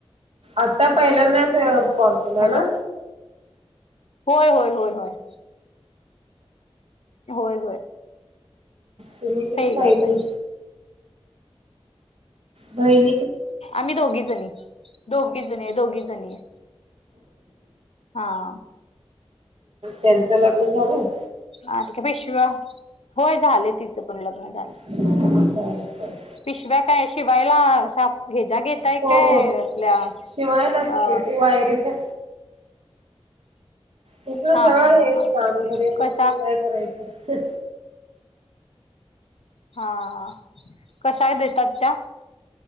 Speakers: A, on the right; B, on the left.
A: आता पहिल्यांदाच पचला
B: हॅलो.
A: ना.
B: होय होय होय होय होय होय
A: तुम्ही किती
B: पहिलाच
A: पाहिली?
B: आहे
A: बहिन.
B: आम्ही दोघी जणी दोघी जण आहे दोघी जणी आहे. हा
A: त्यांचं लग्न झालं.
B: ह त पिशवा होय झालंय तिचं पण लग्न झालं.
A: हा.
B: पिशव्या काय शिवायला? भेजा घेताय
A: हो
B: काय
A: हो
B: आपल्या
A: शिवायलाच
B: अ
A: ते ते वायरीच्या तुसं
B: हा
A: सगळं
B: हा हा
A: हेच
B: हा
A: काम घरी बसून
B: कशा
A: काय? करायचं.
B: हा हा. कशा देतात त्या?